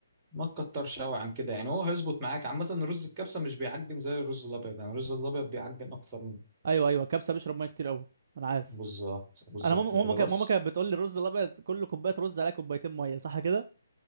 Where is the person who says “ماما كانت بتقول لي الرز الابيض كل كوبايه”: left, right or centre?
Right